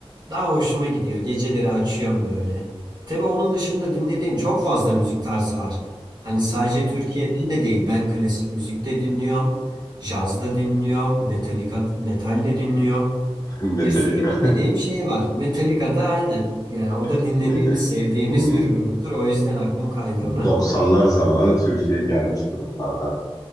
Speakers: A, on the right; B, on the left.
A: daha hoşuma gidiyor. Geceleri açıyorum böyle. Tabii onun dışında dinlediğim çok fazla müzik tarzı var. Hani sadece Türkiye'den de değil. Ben klasik müzik de dinliyorum. Caz da dinliyorum. Metallica, metal de dinliyorum.
B: <laughs> Metallica.
A: Bir sürü dinlediğim şey var. Metallica da aynen. Yani o
B: <laughs>
A: da dinlediğimiz,
B: Metal.
A: sevdiğimiz
B: Hmm.
A: bir gruptur. O yüzden aklım kaydı ona.
B: 90'lar zamanı Türkiye'ye gelmiş gruplardan